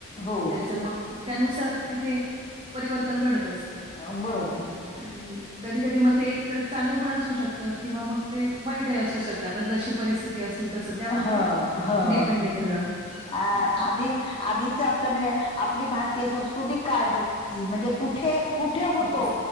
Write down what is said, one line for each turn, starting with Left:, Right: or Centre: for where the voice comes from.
Left: हो
Right: त्याच मग त्यानुसार तिथे परिवर्तन घडत असतं.
Left: हा बरोबर आहे.
Right: आणि कधी कधी मग ते एक तर चांगलं पण असू शकतं किंवा मग ते वाईटही असू शक आता जशी परिस्थिती असेल तस त्यावर
Left: ह
Right: ते
Left: ह
Right: डिपेंड आहे खरं
Left: आ
Right: असं.
Left: आधी आधीच आपलं म्हणजे आपली भारतीय संस्कृती काय होती म्हणजे कुठे? कुठे होतो
Right: हो,